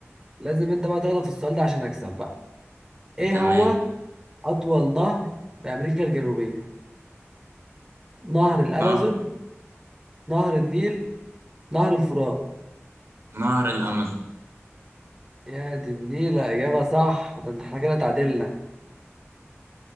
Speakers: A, on the right (about 15°); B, on the right (about 65°).
A: لازم انت بقى تغلط في السؤال ده عشان اكسب بقى ايه
B: تمام
A: هو اطول نهر في امريكا الجنوبية نهر الامازون
B: نهر
A: نهر النيل نهر الفرات
B: نهر الأمازون
A: يا دي النيل اجابة صح ده احنا كده تعادلنا